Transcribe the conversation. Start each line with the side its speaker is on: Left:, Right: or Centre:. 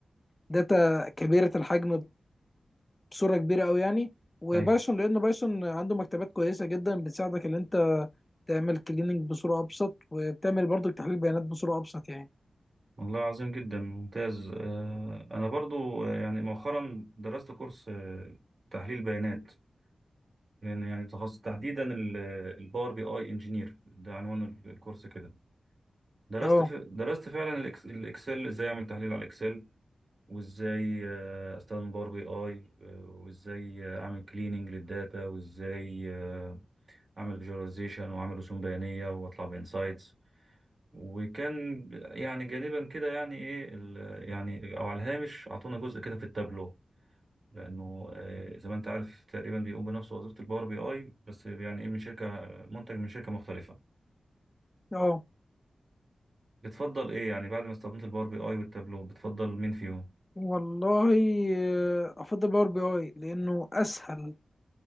Left: الداتا كبيرة الحجم بصورة كبيرة قوي يعني وبايثون
Right: أي
Left: لان بايثون عنده مكتبات كويسة جدا بتساعدك ان انت تعمل كليننج بصورة ابسط وبتعمل برضو تحليل بيانات بصورة ابسط يعني
Right: والله عظيم جدا ممتاز آه، أنا برضو آه، يعني مؤخرا درست كورس آه، تحليل بيانات يعني يعني تخصص تحديدا الباور بي اي انجينير ده عنوان الكورس كده درست
Left: اه
Right: ف... درست فعلا الإكس- الاكسل ازاي اعمل تحليل على الاكسل وازاي آه، استخدم باور بي اي آه، وازاي آه، اعمل كليننج للداتا وازاي آه، اعمل فيجواليزيشن واعمل رسوم بيانيه واطلع بانسايتس وكان يعني جانبا كده يعني ايه ال- يعني او على الهامش اعطونا جزء كده في التابلو لانه آه، زي ما انت عارف تقريبا بيقوم بنفس وظيفه الباور بي اي بس يعني ايه من شركه منتج من شركه مختلفه
Left: اه
Right: بتفضل ايه يعني بعد ما استخدمت الباور بي اي والتابلو بتفضل مين فيهم
Left: والله آه، افضل باور بي اي لانه اسهل